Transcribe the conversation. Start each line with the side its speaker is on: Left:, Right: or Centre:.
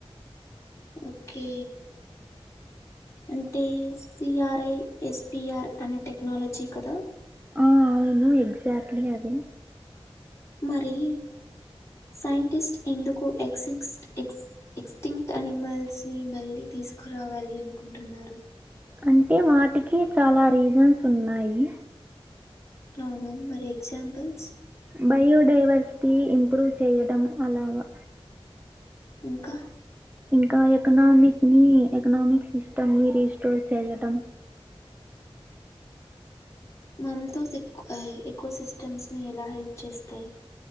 Left: ఓకే అంటే సిఆర్ఐ ఎస్పిఆర్ అనే టెక్నాలజీ కదా
Right: ఆ అవును ఎగజాక్ట్లీ అదే
Left: మరి సైంటిస్ట్ ఎందుకు ఎక్సిస్ట్ ఎక్స్ ఎక్స్టింట్ అనిమల్స్ని మళ్ళీ తీసుకురావాలి అనుకుంటున్నారు.
Right: అంటే వాటికి చాలా రీజన్స్ ఉన్నాయి.
Left: అవునా మరి ఎగ్జాంపుల్స్.
Right: బయోడైవర్సిటీ ఇంప్రూవ్ చేయడం అలాగా.
Left: ఇంకా
Right: ఇంకా ఎకనామిక్ని ఎకనామిక్ సిస్టమ్ ని రీస్టోర్ చేయటం.
Left: మమ్తుస్ ఎక్ ఎకో సిస్టమ్స్ని ఎలా హెల్ప్ చేస్తాయి.